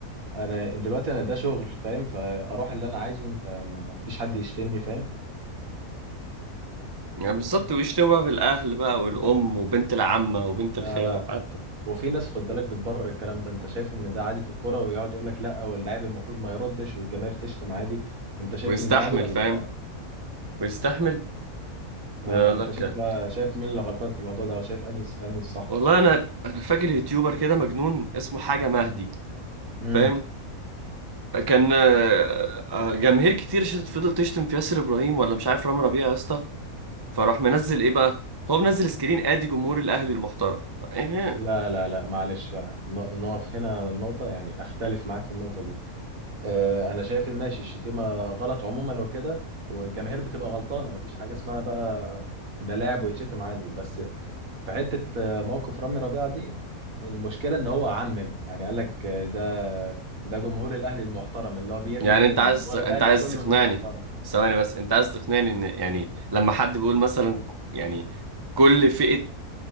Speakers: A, on the right (about 65°); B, on the right (about 30°).
A: انا دلوقتي انا ده شغل فاهم فاروح اللي انا عايزه انت ما فيش حد يشتمني فاهم
B: يعني بالظبط ويشتكوا بقى بالأهل بقى والأم وبنت العمة وبنت الخالة
A: لا لا
B: وحتى
A: وفي ناس خد بالك بتبرر الكلام ده انت شايف ان ده عادي في الكرة ويقعد يقول لك لا واللاعب المفروض ما يردش والجماهير تشتم عادي انت شايف
B: ويستحمل
A: ان ده عادي ولا
B: فاهم ويستحمل
A: اه
B: يقول
A: انت
B: لك
A: شايف بقى شايف مين اللي غلطان في الموضوع ده او شايف انهي انهي الصح
B: والله أنا أنا فاكر يوتيوبر كده مجنون اسمه حاجة مهدي
A: امم
B: فاهم كان آه، آه، جماهير كتير شت- فضلت تشتم في ياسر إبراهيم ولا مش عارف رامي ربيعة يا اسطى فراح منزل إيه بقى هو منزل سكرين آدي جمهور الأهلي المحترم يعني
A: لا لا لا معلش بقى ن- نقف هنا نقطة يعني اختلف معاك في النقطة دي آه انا شايف ان ماشي الشتيمة غلط عموما وكده والجماهير بتبقى غلطانة مفيش حاجة اسمها بقى ده لاعب ويتشتم عادي بس في حتة آه، موقف رامي ربيعة دي المشكلة ان هو عمم يعني قال لك آه، ده ده جمهور الاهلي المحترم اللي هو بيرمي
B: يعني
A: ايه
B: أنت
A: ان
B: عايز
A: جمهور
B: أنت
A: الاهلي
B: عايز
A: كله
B: تقنعني
A: مش محترم
B: ثواني بس أنت عايز تقنعني إن يعني لما حد بيقول مثلا يعني كل فئة